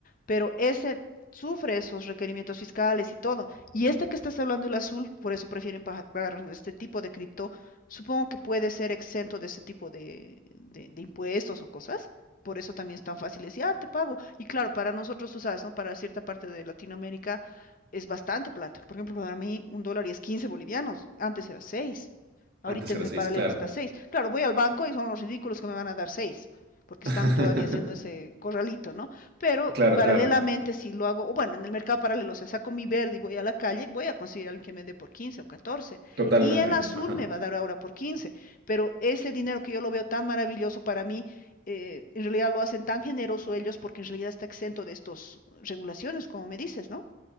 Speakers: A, on the left (about 40°); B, on the right (about 50°).
A: Pero ese sufre esos requerimientos fiscales y todo. Y este que estás hablando, el azul, por eso prefieren pa- pagar este tipo de cripto Supongo que puede ser exento de ese tipo de, de- de impuestos o cosas. Por eso también es tan fácil decir, ah, te pago. Y claro, para nosotros, tú sabes, ¿no? Para cierta parte de Latinoamérica es bastante plata. Por ejemplo, para mí un dólar y es 15 bolivianos. Antes era seis Ahorita
B: Antes
A: en
B: era
A: el
B: seis,
A: paralelo
B: claro.
A: está seis Claro, voy al banco y son los ridículos que me van a dar 6 porque están
B: <laughs>
A: todavía haciendo ese corralito, ¿no? Pero
B: Claro,
A: paralelamente
B: claro.
A: si lo hago, o bueno, en el mercado paralelo, o sea, saco mi verde y voy a la calle, voy a conseguir a alguien que me dé por 15 o catorce
B: Totalmente.
A: y el azul
B: Ajá.
A: me va a dar ahora por quince pero ese dinero que yo lo veo tan maravilloso para mí, eh, en realidad lo hacen tan generoso ellos porque en realidad está exento de estas regulaciones, como me dices, ¿no?